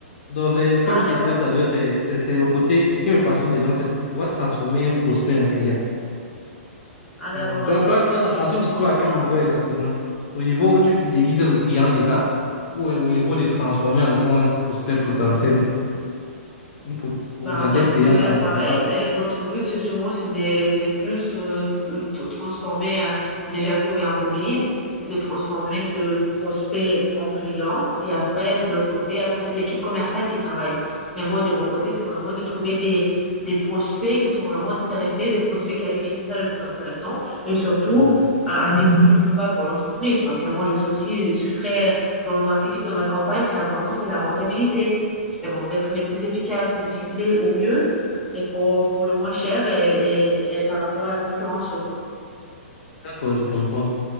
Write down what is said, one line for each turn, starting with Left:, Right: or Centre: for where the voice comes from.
Left: Donc, c'est, comme
Centre: Ah,
Left: je
Centre: d'accord.
Left: te disais tout
Centre: parce-
Left: à l'heure, c'est c'est- c'est le côté, ce qui me passionne dedans, c'est de pouvoir transformer un prospect en client.
Centre: Ah, d'accord.
Left: Donc,
Centre: Bah,
Left: toi,
Centre: c'est
Left: toi,
Centre: à peu près
Left: toi,
Centre: ce
Left: ta
Centre: que
Left: passion
Centre: je fais
Left: se trouve
Centre: moi,
Left: à
Centre: mais
Left: quel
Centre: moi...
Left: niveau exactement? Au niveau où tu fidélises le client déjà, ou au niveau de transformer encore un prospect potentiel, un pot-
Centre: Bah
Left: potentiel
Centre: moi ce
Left: client,
Centre: que j'aime
Left: en,
Centre: pareil
Left: euh, voilà.
Centre: c'est notre but c'est souvent c'est des c'est plus euh, euh, t- transformer euh, déjà trouver un bon lead et de transformer ce prospect en client et après de l'autre côté après c'est l'équipe commerciale qui travaille mais moi de mon côté c'est vraiment de trouver des des prospects qui sont vraiment intéressés des prospects qualifiés c'est ça le plus intéressant et surtout
Left: Mhm.
Centre: à, à des coûts le plus bas pour l'entreprise parce que moi je suis aussi je suis très dans le marketing dans ma campagne c'est important c'est la rentabilité justement, d'être les plus efficaces, de cibler au mieux et pour, pour le moins cher et, et- et par rapport à la concurrence surtout.
Left: D'accord, je comprends.